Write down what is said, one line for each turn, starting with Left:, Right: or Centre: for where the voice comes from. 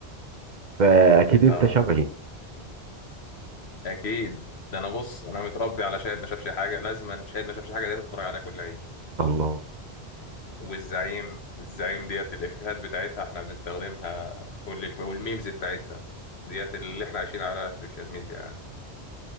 Right: فاكيد انت
Left: اه
Right: شبهي
Left: اكيد ده انا بص انا متربي على شاهد ما شافش حاجة لازما شاهد ما شافش حاجة ديت اتفرج عليها كل عيد
Right: الله
Left: والزعيم الزعيم ديت الافيهات بتاعتها احنا بنستخدمها كل شوية والميمز بتاعتها ديت اللي احنا عايشين على السوشيال ميديا يعني.